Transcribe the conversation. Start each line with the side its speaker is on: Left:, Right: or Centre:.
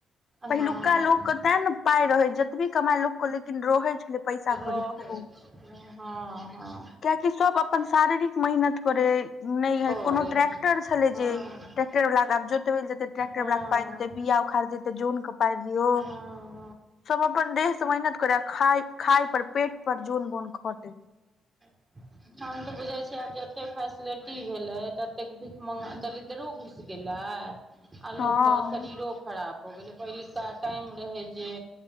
Left: पहिलुका
Right: हँ
Left: लोक तें ने पााय रहै जतबी कमााय लोकके लेकिन रहै छलै पैसा
Right: रहै
Left: कड़ी खू
Right: हँ हँ
Left: कियकि सभ अपन शारीरिक मेहनत करै नहि हइ
Right: करे
Left: कोनो ट्रैक्टर छलै
Right: हँ
Left: जे ट्रै्टरला आब जोतै ल जेतै ट्रैक्रलला
Right: हँ
Left: के पा देतै
Right: हँ
Left: बिया उखड़ि देतै जौनके पाइ दियौ
Right: हँ
Left: सब अपन देह से मेहनत करे आ खाय खाय पर पेट पर जोन बोन खटे
Right: हम हम तऽ बुझै छिय आब जत फैसिलट ी भेले त एतेक भीख मंग दलिदरो घुस गेले आ
Left: हँ
Right: लोकके शरीरो खराब भऽ गेलै पहिलुका टाइम रहै जे